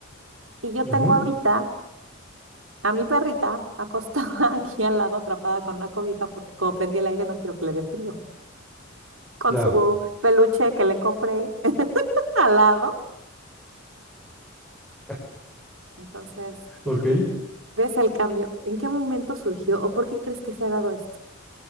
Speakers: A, on the right (about 75°); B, in the centre.
A: Y yo
B: ujú,
A: tengo ahorita a mi perrita acostada <laughs> aquí al lado, atrapada con una cobija, porque como prendí el aire no quiero que le dé frío, con
B: claro.
A: su peluche que le compré <laughs> al lado.
B: <laughs>
A: Entonces, hijo,
B: Ok.
A: ¿ves el cambio? ¿En qué momento surgió o por qué crees que se ha dado esto?